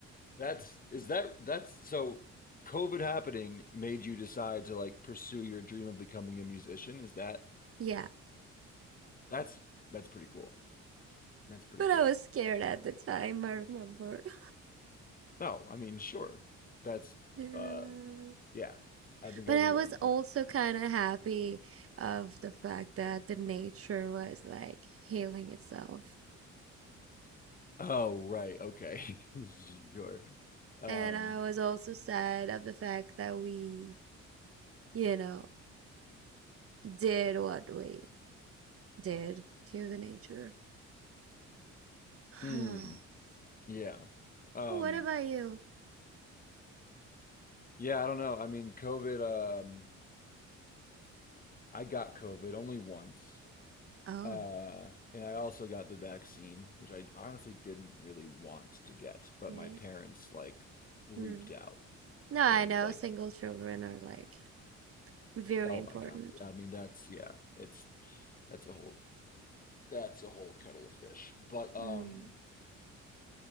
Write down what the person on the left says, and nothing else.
that's is that that's so COVID happening made you decide to like pursue your dream of becoming a musician. Is that
that's that's pretty cool. That's pretty
cool.
No, I mean, sure. That's
uh yeah. I think
everyone
would.
Oh, right. Okay. <laughs> Sure. Um,
hmm. Yeah. Um,
yeah, I don't know. I mean, COVID, um, I got COVID only once.
Uh, and I also got the vaccine, which I honestly didn't really want to get, but
my parents like freaked
out
and
like,
oh
my God. Yeah, I mean that's yeah, it's that's a whole that's a whole kettle of fish. But um